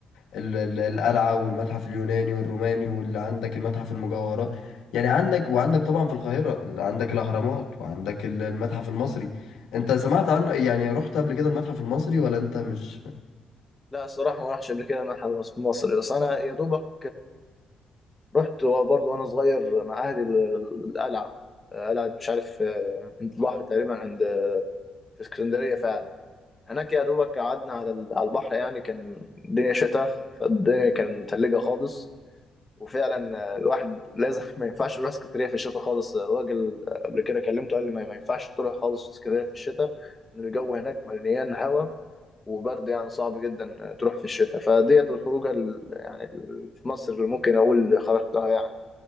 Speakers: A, on the left; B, on the left.
A: ال- ال- القلعة والمتحف اليوناني والروماني واللي عندك المتحف المجوهرات يعني عندك وعندك طبعا في القاهرة اللي عندك الأهرامات وعندك ال- المتحف المصري انت سمعت عن يعني رحت قبل كده المتحف المصري ولا انت مش
B: لا الصراحة ما رحتش قبل كده معهد مص- مصري بس أنا يا دوبك رحت برضه وأنا صغير مع أهلي ال- القلعة قلعة مش عارف عند البحر تقريبا عند في اسكندرية فعلا هناك يا دوبك قعدنا على ال- على البحر يعني كان الدنيا شتاء فالدنيا كانت متلجة خالص وفعلا الواحد لازم <laughs> ما ينفعش يروح اسكندريه في الشتاء خالص الراجل قبل كده كلمته قال لي ما ما ينفعش تروح خالص اسكندريه في الشتاء ان الجو هناك مليان هوا وبرد يعني صعب جدا تروح في الشتاء فديت الخروجه ال- يعني ال- في مصر اللي ممكن اقول خرجتها يعني